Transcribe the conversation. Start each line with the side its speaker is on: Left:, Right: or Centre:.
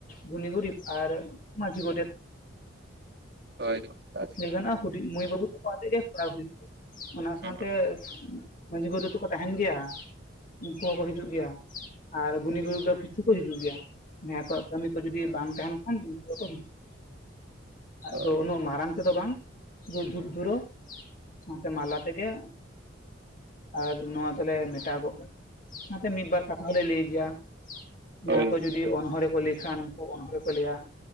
Left: ᱜᱩᱱᱤ ᱜᱩᱨᱤᱵ ᱟᱨ ᱢᱟᱹᱡᱷᱤ ᱜᱚᱰᱮᱛ
Right: ᱦᱳᱭ ᱚᱱᱠᱟ ᱜᱮ
Left: ᱞᱮᱭ ᱜᱟᱱᱚᱜᱼᱟ ᱦᱩᱰᱤᱧ ᱢᱟᱹᱭ ᱵᱟᱹᱵᱩ ᱛᱟᱠᱚ ᱟᱛᱮ ᱜᱮ ᱠᱚᱨᱟᱣ ᱦᱩᱭᱩᱜ ᱜᱮᱭᱟ ᱚᱱᱟ ᱥᱟᱶᱛᱮ
Right: ᱦᱳᱭ
Left: ᱢᱟᱹᱡᱷᱤ ᱜᱚᱰᱷᱮᱛ ᱫᱚᱠᱚ ᱛᱟᱦᱮᱱ ᱜᱮᱭᱟ ᱩᱱᱠᱩ ᱦᱚᱸᱠᱚ ᱦᱤᱡᱩᱜ ᱜᱮᱭᱟ᱾ ᱟᱨ ᱜᱩᱱᱤ ᱜᱩᱨᱩᱤ ᱫᱚ ᱠᱤᱪᱷᱩ ᱠᱚ ᱦᱤᱡᱩᱜ ᱜᱮᱭᱟ ᱱᱟᱭ ᱠᱚᱣᱟᱜ ᱠᱟᱹᱢᱤ ᱠᱚ ᱡᱩᱫᱤ ᱵᱟᱝ ᱛᱟᱦᱮᱱ ᱠᱷᱟᱱ ᱩᱱᱠᱩ ᱫᱚᱠᱚ ᱦᱤᱡᱩᱜ ᱜᱮᱭᱟ᱾ ᱟᱫᱚ
Right: ᱦᱳᱭ
Left: ᱩᱱᱟᱹᱜ ᱢᱟᱨᱟᱝ ᱛᱮᱫᱚ ᱵᱟᱝ ᱥᱩᱫᱩ ᱫᱷᱩᱯ ᱫᱷᱩᱨᱟᱹ ᱥᱟᱶᱛᱮ ᱢᱟᱞᱟ ᱛᱮᱜᱮ ᱟᱨ ᱱᱚᱣᱟ ᱫᱚᱞᱮ ᱢᱮᱴᱟᱣ ᱜᱚᱜ ᱥᱟᱶᱛᱮ ᱢᱤᱫ ᱵᱟᱨ ᱠᱟᱛ ᱛᱟᱦᱚᱞᱮ ᱞᱟᱹᱭ ᱜᱮᱭᱟ ᱡᱟᱦᱟᱸ
Right: ᱦᱳᱭ
Left: ᱠᱚ ᱡᱩᱫᱤ ᱚᱱᱚᱬᱦᱮ ᱠᱚ ᱞᱟᱹᱭ ᱠᱷᱟᱱ ᱩᱱᱠᱩ ᱚᱱᱚᱬᱦᱮ ᱠᱚ ᱞᱟᱹᱭᱟ᱾